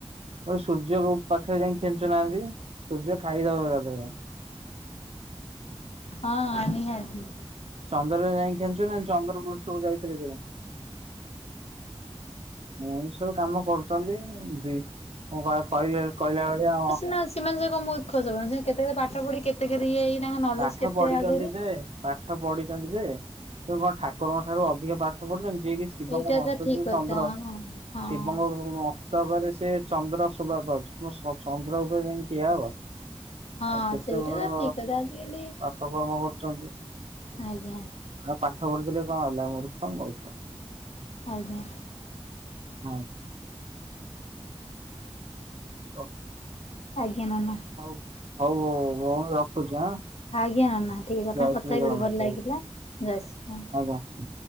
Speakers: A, on the right; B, on the left.
A: ମୁଁ କହିଲି ସୂର୍ଯ୍ୟଙ୍କ ପାଖରେ ଯାଇ ଖେଞ୍ଚୁ ନାହାନ୍ତି, ସୂର୍ଯ୍ୟ ଖାଇଦବ ଏକାଥରେ।
B: ହଁ ଆଣିଲି ଆଜି।
A: ଚନ୍ଦ୍ରରେ ଯାଇ ଖେଞ୍ଚୁ ନହେଲେ ଚନ୍ଦ୍ର ପୃଷ୍ଠକୁ ଯାଇ ଖେଞ୍ଛୁ। ଏମତି ସବୁ କାମ କରୁଚନ୍ତି, ବି କହିଲେ କହିଲା ଭଳିଆ
B: ନାଁ ସେମାନେ ସେ କଣ ମୂର୍ଖ ସେମାନେ, ସେମାନେ କେତେ-କେତେ ପାଠ ପଢି କେତେ-କେତେ ଇଏ ହେଇକି ତାଙ୍କ ନଲେଜ୍
A: ପାଠ
B: କେତେ
A: ପଢିଛନ୍ତି
B: ଆଗେରେ।
A: ଯେ ପାଠ ପଢିଛନ୍ତି ଯେ, ସେ କଣ ଠାକୁରଙ୍କ ଠାରୁ ଅଧିକ ପାଠ ପଢିଚନ୍ତି, ଯିଏ କିି ଶିବଙ୍କ
B: ସେଇଟା
A: ମସ୍ତକରେ
B: ତ ଠିକ
A: ଯୋଉ
B: କଥା
A: ଚନ୍ଦ୍ର,
B: ହଁ ହଁ।
A: ଶିବଙ୍କ ମସ୍ତକରେ ସେ ଚନ୍ଦ୍ର ଶୋଭା ପାଉଚି, ତୁମେ ଚନ୍ଦ୍ର ଉପରେ ଯାଇଁକି ଠିଆ ହବ?
B: ହଁ
A: ଆଉ କେତେ
B: ସେଇଟା
A: ବଡ!
B: ତ ଠିକ କଥା ଆଜିକାଲି
A: ପାପ କାମ କରୁଚନ୍ତି।
B: ଆଜ୍ଞା
A: ଆମେ ପାଠ ପଢିଥିଲେ କଣ ହେଲା ମୂର୍ଖ ମୂର୍ଖ।
B: ଆଜ୍ଞା।
A: ଆ <unintelligible>
B: ଆଜ୍ଞା ନନା।
A: ହଉ ହଉ ହଉ ହଉ ଭଉଣୀ ରଖୁଚି ଆଁ?
B: ଆଜ୍ଞା ନନା ଠିକ୍ <unintelligible>
A: ଜୟ
B: କଥା
A: ଶ୍ରୀ
B: ହେଇକି
A: ଜଗନ୍ନାଥ
B: ଭଲ
A: ଜୟ
B: ଲାଗିଲା
A: ଶ୍ରୀ
B: ଜୟ ଶ୍ରୀରାମ୍।
A: ଆଜ୍ଞା।